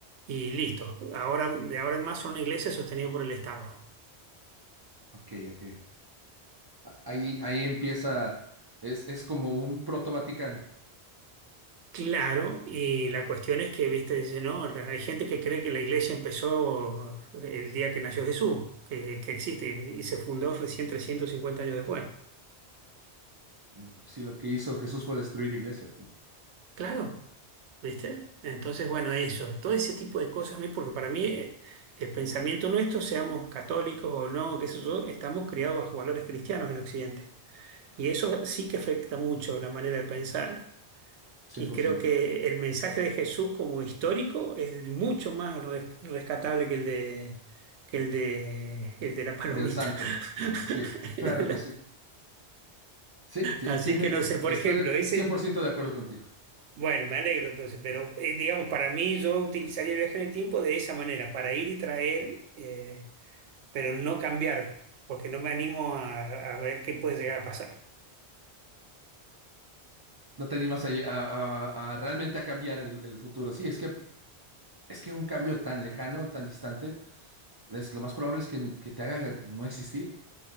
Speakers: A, on the right; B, on the right.
A: y listo. Ahora, de ahora en más son una iglesia sostenida por el Estado.
B: ok, ok. A- Ahí, ahí empieza, es, es como un proto-Vaticano.
A: Claro, y la cuestión es que, viste, dice, no, hay gente que cree que la iglesia empezó el día que nació Jesús, que, que existe y, se fundó recién 350 años después.
B: Mm, Si lo que hizo Jesús fue destruir iglesias, ¿no?
A: Claro, ¿Viste? Entonces, bueno, eso, todo ese tipo de cosas a mí, porque para mí eh, el pensamiento nuestro, seamos católicos o no, que eso yo, estamos criados bajo valores cristianos en Occidente. Y eso sí que afecta mucho la manera de pensar.
B: cien
A: Y
B: por
A: creo
B: ciento
A: que el mensaje de Jesús como histórico es mucho más res- rescatable que el de, que el de, el de la palomita.
B: Del santo.
A: <laughs>
B: Sí, claro
A: La-
B: que sí. Sí, sí,
A: Así
B: tiene,
A: que no sé, por
B: estoy
A: ejemplo,
B: de
A: ese.
B: cien por ciento de acuerdo contigo.
A: Bueno, me alegro entonces, pero eh, digamos, para mí yo utilizaría el viaje en el tiempo de esa manera, para ir y traer, eh, pero no cambiar, porque no me animo a, a ver qué puede llegar a pasar.
B: No te animas a, lle- a- a- a realmente a cambiar el, el futuro. Sí, es que, es que un cambio tan lejano, tan distante, es, lo más probable es que, que te haga no existir.